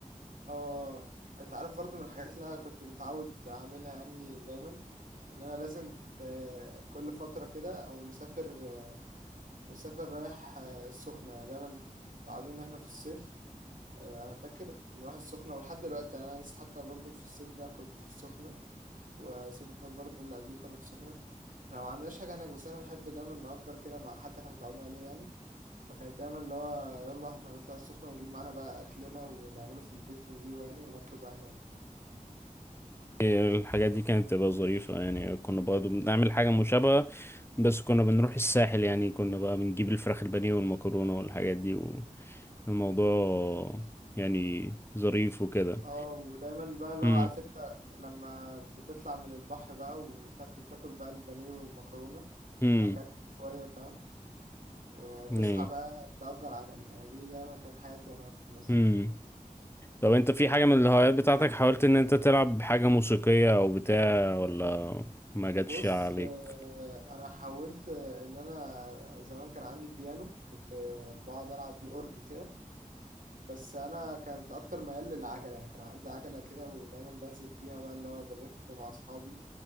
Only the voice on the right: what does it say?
اه انت عارف برضو من الحاجات اللي انا كنت متعود اعملها يعني دايما ان انا لازم ب- كل فتره كده او مسافر مسافر رايح آه، السخنه دايما متعودين ان احنا في الصيف آه، انا فاكر نروح السخنه ولحد دلوقتي يعني انا لسه حتى برضو في الصيف ده كنت في السخنه والصيف اللي فات برضه اللي قبليه كنا في السخنه احنا ما عندناش حاجه هناك بس انا بحب دايما نأجر كده مع حد احنا متعودين عليه يعني فكانت دايما اللي هو يلا احنا نطلع السخنة ونجيب معانا بقى أكلنا ونعمله في البيت ونجيبه يعني وناكله بقى هناك
اه ودايما بقى اللي
هو عارف انت لما بتطلع من البحر بقى وتاكل تاكل بقى البانيه والمكرونة
بعد كده تنام شوية فاهم وتصحى
بقى تأجر عجل أنا دي دايما كانت حياتي وأنا في مصر
يعني
كان
بص
آه، أنا حاولت آه، إن أنا زمان كان عندي بيانو كنت آه، بقعد ألعب بيه أورج كده بس انا كنت اكتر ميال للعجله يعني كان عندي عجله كده ودايما بنزل بيها بقى اللي هو بلف مع اصحابي